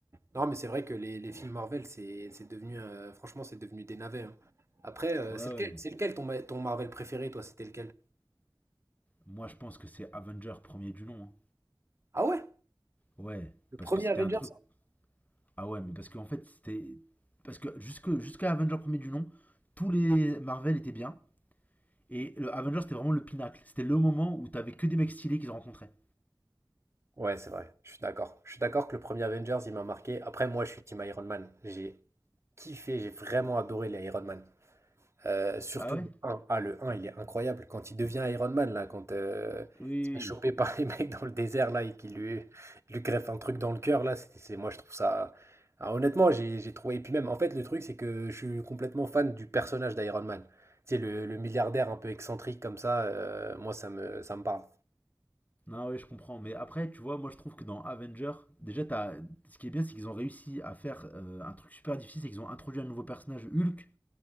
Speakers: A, on the right; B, on the left.
A: Non, mais c'est vrai que les, les films Marvel, c'est c'est devenu, euh, franchement, c'est devenu des navets. hein. Après, euh,
B: Ouais,
A: c'est
B: ouais.
A: lequel, c'est lequel ton, ma- ton Marvel préféré, toi? C'était lequel?
B: Moi, je pense que c'est Avenger premier du nom. hein.
A: Ah ouais?
B: Ouais,
A: Le
B: parce
A: premier
B: que c'était
A: Avengers?
B: un truc. Ah ouais, mais parce qu'en fait, c'était. Parce que jusque- jusqu'à Avenger premier du nom, tous les Marvel étaient bien. Et le Avengers, c'était vraiment le pinacle. C'était le moment où t'avais que des mecs stylés qu'ils rencontraient.
A: Ouais, c'est vrai. Je suis d'accord. Je suis d'accord que le premier Avengers, il m'a marqué. Après, moi, je suis Team Iron Man. J'ai kiffé, j'ai vraiment adoré les Iron Man. Euh, surtout
B: Ah ouais
A: le un Ah, le un il est incroyable. Quand il devient Iron Man, là, quand euh,
B: Oui, oui,
A: il se fait
B: oui.
A: choper par les <laughs> mecs dans le désert, là, et qu'il lui, lui greffe un truc dans le cœur, là, c'est, c'est- moi, je trouve ça. Ah, honnêtement, j'ai, j'ai trouvé. Et puis même, en fait, le truc, c'est que je suis complètement fan du personnage d'Iron Man. Tu sais, le, le milliardaire un peu excentrique comme ça, euh, moi, ça me, ça me parle.
B: Non, oui, je comprends. Mais après, tu vois, moi, je trouve que dans Avenger, déjà, t'as... ce qui est bien, c'est qu'ils ont réussi à faire euh, un truc super difficile, c'est qu'ils ont introduit un nouveau personnage, Hulk,